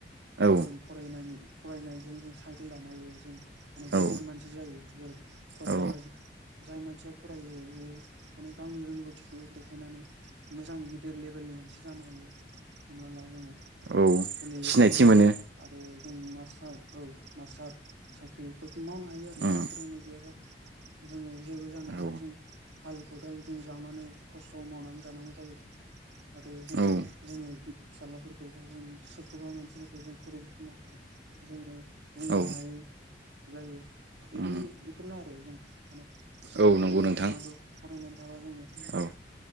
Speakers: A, on the right; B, on the right.
A: औ
B: जों फरायनायनि फरायनायजों जों साख्रि लानो हायो। जों माने गिदिर
A: औ
B: मानसि जाहैयो जेरै फरायाबा
A: औ
B: जाय मानसिया फरायो इयो माने गावनि रोंगौथिखौ देखायनानै मोजां गिदिर लेबेलनि मानसि जानो हायो। हम ला जोङो
A: औ
B: पुलिस,
A: सिनायथि
B: आर्मि
A: मोनो
B: आरो जों मास्टार औ मास्टार साख्रिफोरखौ मावनो हायो आरो
A: उम
B: जों फरायनाय गैयाबा जोङो जेबो जानोहाया
A: औ
B: जों हाल-खदाल जों जावनानै खस्थ' माव नानै जानांगौ जायो आरो जों
A: औ
B: जोङो फिसाज्लाफोरखौबा जों सोरखौबा मानसिफोरखौ जों फोरोंफिननो हाया जोङो बुंनो
A: औ
B: हायै जायो बेफोरनि
A: उम
B: बेफोरनो आरो जों माने एसे
A: औ
B: फरायनानै
A: नंगौ नोंथां
B: थानांगौ फरायनानै थाबा जोङो
A: औ